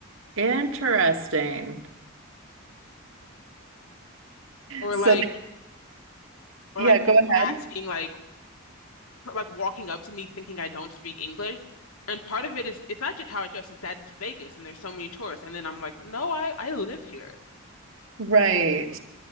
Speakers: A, on the right; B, on the left.
A: interesting. <laughs>
B: Or
A: So,
B: like or
A: yeah,
B: like
A: go
B: people
A: ahead.
B: asking like like walking up to me thinking I don't speak English. And part of it is it's not just how I dress, it's that it's Vegas and there's so many tourists. And then I'm like, no, I I live here.
A: Right,